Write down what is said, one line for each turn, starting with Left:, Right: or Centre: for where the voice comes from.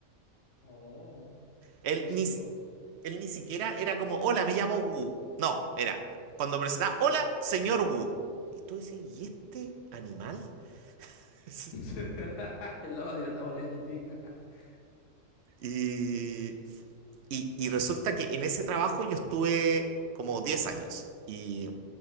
Left: Oh,
Right: Él
Left: místico.
Right: ni, s- él ni siquiera era como, hola, me llamo Wu. No, era, cuando presentaba, hola, señor Wu. Y tú dices, ¿y este animal? <laughs>
Left: <laughs> El odio está volviendo a ti. <laughs>
Right: Y, y, y resulta que en ese trabajo yo estuve como 10 años. Y,